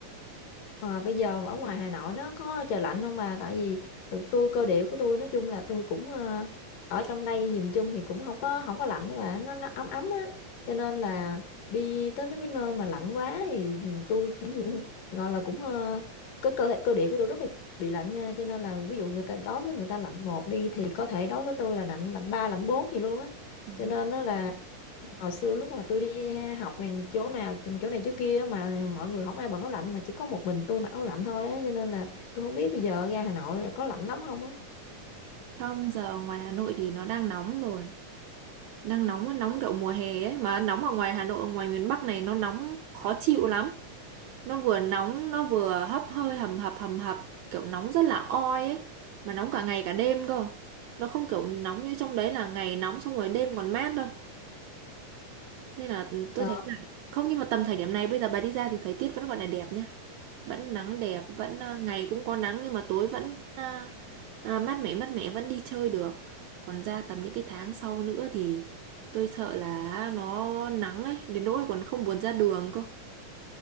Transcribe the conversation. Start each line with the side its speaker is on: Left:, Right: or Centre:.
Left: Ờ, bây giờ ở ngoài Hà Nội nó có trời lạnh không bà? Tại vì thực tôi cơ địa của tôi nói chung là tôi cũng ờ, ở trong đây nhìn chung thì cũng không có không có lạnh đó bà, nó, nó ấm ấm á. Cho nên là đi tới mấy cái nơi mà lạnh quá thì tôi cũng <laughs> gọi là cũng ờ, cái cơ thể cơ địa của tôi rất là bị lạnh nha. Cho nên là ví dụ người ta đối với người ta lạnh một đi thì có thể đối với tôi là lạnh lạnh ba lạnh bốn gì luôn á.
Right: Ừ.
Left: Cho nên nó là hồi xưa lúc mà tôi đi học này chỗ nào chỗ này chỗ kia mà mọi người không ai bận áo lạnh mà chỉ có một mình tôi mặc áo lạnh thôi á cho nên là tôi không biết bây giờ ra Hà Nội là có lạnh lắm không á
Right: Không giờ ngoài Hà Nội thì nó đang nóng rồi. đang nóng nóng kiểu mùa hè ấy mà nóng ở ngoài Hà Nội ở ngoài miền Bắc này nó nóng khó chịu lắm nó vừa nóng nó vừa hấp hơi hầm hập hầm hập kiểu nóng rất là oi ấy mà nóng cả ngày cả đêm cơ nó không kiểu nóng như trong đấy là ngày nóng xong rồi đêm còn mát đâu nên là tôi
Left: Trời
Right: thấy là không nhưng mà tầm thời điểm này bây giờ bà đi ra thì thời tiết vẫn gọi là đẹp nhá vẫn nắng đẹp vẫn à, ngày cũng có nắng nhưng mà tối vẫn à, à, mát mẻ mát mẻ vẫn đi chơi được còn ra tầm những cái tháng sau nữa thì tôi sợ là nó nắng ấy đến nỗi còn không buồn ra đường cơ